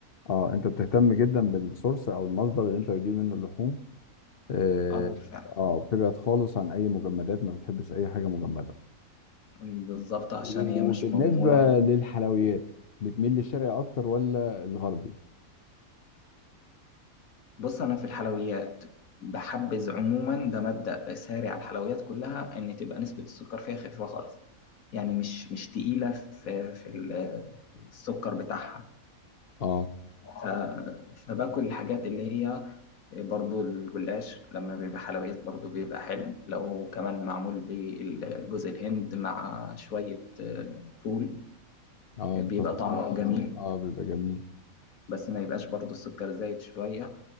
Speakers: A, on the left; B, on the left.
A: اه انت بتهتم جدا بالسورس او المصدر اللي انت بتجيب منه اللحوم اه
B: اه بالفعل
A: آه، بتبعد خالص عن اي مجمدات ما بتحبش اي حاجه مجمده
B: بالظبط عشان
A: وبالنسبه
B: هي مش مضمونة
A: للحلويات بتميل للشرقي اكتر ولا الغربي
B: بص أنا في الحلويات بحبذ عموما ده مبدأ ساري على الحلويات كلها إن تبقى نسبة السكر فيها خفيفة خالص يعني مش مش تقيلة في في ال- في السكر بتاعها
A: اه
B: ف فباكل الحاجات اللي هي برضو الجلاش لما بيبقى حلويات برضو بيبقى حلو لو كمان معمول بالجوز الهند مع شوية آه، فول
A: اه
B: بيبقى
A: مكسرات
B: طعمه
A: مثلا
B: جميل
A: اه بيبقى جميل
B: بس ما يبقاش برضو السكر زايد شوية